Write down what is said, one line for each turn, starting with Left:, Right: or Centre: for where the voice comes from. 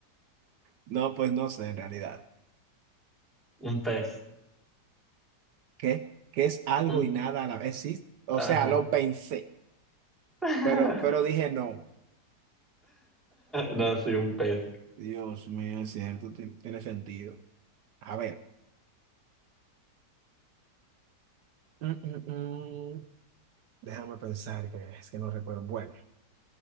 Right: no, pues no sé en realidad.
Centre: un pez,
Right: ¿Qué? ¿Qué es algo
Centre: un,
Right: y nada a la vez? Sí, o
Centre: ajá.
Right: sea, lo pensé,
Centre: <laughs>
Right: pero, pero dije no.
Centre: No, sí, un pez.
Right: Dios mío, es cierto, ti- tiene sentido. A ver. Mm, mm, mm. Déjame pensar que es que no recuerdo. Bueno,